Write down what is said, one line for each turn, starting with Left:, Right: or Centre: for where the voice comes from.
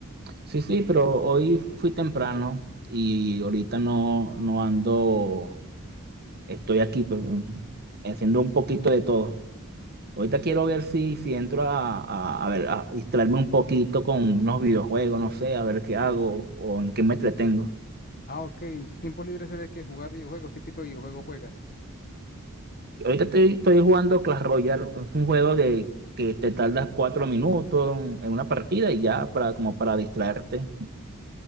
Right: Sí, sí, pero hoy fui temprano y ahorita no, no ando, estoy aquí pues, mm, haciendo un poquito de todo. Ahorita quiero ver si, si entro a, a- a ver, a distraerme un poquito con unos videojuegos, no sé, a ver qué hago o en qué me entretengo.
Left: Ah, ok, en su tiempo libre suele que jugar videojuegos, ¿qué tipo de videojuegos juegas?
Right: Ahorita estoy, estoy jugando Clash Royale, es un juego de que te tardas cuatro minutos en en una partida y ya para, como para distraerte.